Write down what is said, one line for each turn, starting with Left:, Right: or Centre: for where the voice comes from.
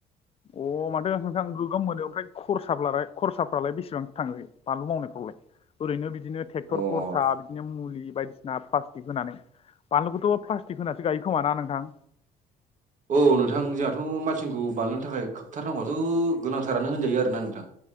Left: अ माथो नोंथां गोगोम मोनो आमफ्राय खरसाबालाय खरसाफ्रालाय बेसेबां थाङो बानलु मावनायफ्रावलाय ओरैनो बिदिनो ट्रेक्टर
Right: अ
Left: खरसा बिदिनो मुलि बायदिसिना प्लास्टिक होनानै बानलुखौथ' प्लास्टिक होनासो गायो खोमाना नोंथां
Right: औ नोंथां जोंहाथ' मासिनखौ बानायनो थाखाय खोबथारनांगौआथ' गोनांथारानो होनजायो आरोना नोंथां